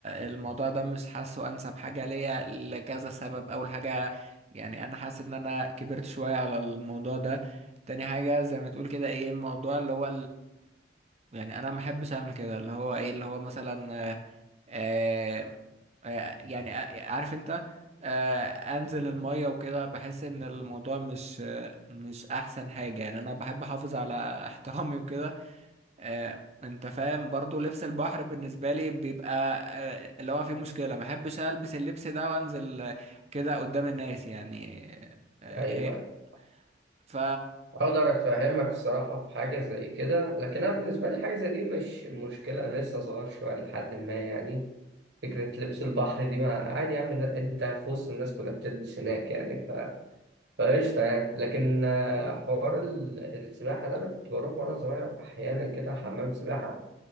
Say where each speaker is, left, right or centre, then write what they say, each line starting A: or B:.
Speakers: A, on the right (about 35°); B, on the right (about 65°).
A: الموضوع ده مش حاسه أنسب حاجة ليا لكذا سبب أول حاجة يعني أنا حاسس إن أنا كبرت شوية على الموضوع ده تاني حاجة زي ما تقول كده إيه الموضوع اللي هو يعني انا ما بحبش اعمل كده اللي هو ايه اللي هو مثلا آه آه آه، يعني آه، عارف انت آه انزل المية وكده بحس ان الموضوع مش آه، مش احسن حاجة يعني انا بحب احافظ على احترامي وكده آه انت فاهم برضو لبس البحر بالنسبة لي بيبقى آه اللي هو فيه مشكلة ما بحبش البس اللبس ده وانزل آه، كده قدام الناس يعني آه آه،
B: أيوه
A: هي ف
B: اقدر افهمك الصراحه في حاجه زي كده لكن انا بالنسبه لي حاجه زي دي مش مشكله انا لسه صغير شويه لحد ما يعني فكره لبس البحر دي ما عادي يا عم ده- انت في وسط الناس كلها بتلبس هناك يعني ف فقشطه يعني لكن آه، حوار ال- السباحه ده انا كنت بروح وانا صغير احيانا كده حمام سباحه